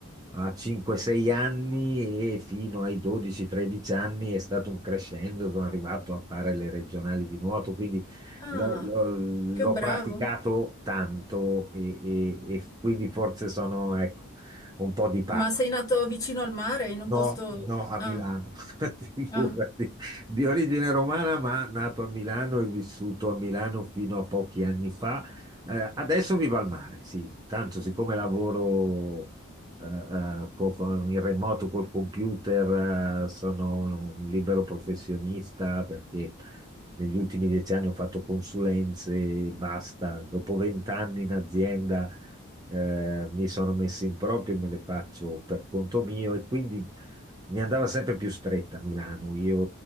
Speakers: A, on the right; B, on the left.
A: a 5-6 anni e fino ai 12-13 anni è stato un crescendo, sono arrivato a fare le regionali di nuoto, quindi
B: Ah,
A: l'ho l'ho- l'ho
B: che bravo.
A: praticato tanto e, e- e quindi forse sono, ecco, un po' di
B: Ma sei nato vicino al mare, in un
A: No,
B: posto...
A: no, a
B: Ah,
A: Milano, <laughs> figurati,
B: ah,
A: di origine romana, ma nato a Milano e vissuto a Milano fino a pochi anni fa. Eh, adesso vivo al mare, sì, tanto siccome lavoro eh, eh, co- con- in remoto col computer, eh, sono un libero professionista perché negli ultimi dieci anni ho fatto consulenze e basta. Dopo vent'anni in azienda eh, mi sono messi in proprio e me le faccio per conto mio e quindi mi andava sempre più stretta a Milano. Io